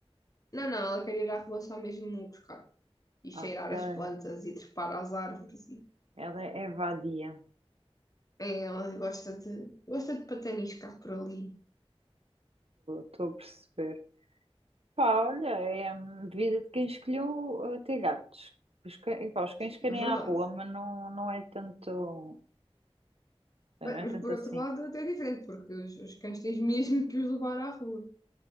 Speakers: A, on the left (about 35°); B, on the right (about 70°).
A: não, ela quer ir à rua só mesmo buscar. e
B: Ah,
A: cheirar
B: porque
A: as
B: ela,
A: plantas e trepar às árvores. E...
B: ela é vadia.
A: É, Ela gosta de, gosta de pataniscar por ali,
B: Estou a perceber. Pá, olha, é hum, vida de quem escolheu uh, ter gatos. Os, cã- e pá, os cães querem
A: é verdade.
B: ir à rua, mas não, não é tanto. Não
A: Bem,
B: é
A: mas
B: tanto
A: por
B: assim.
A: outro lado, é até é diferente, porque os, os cães tens mesmo que os levar à rua.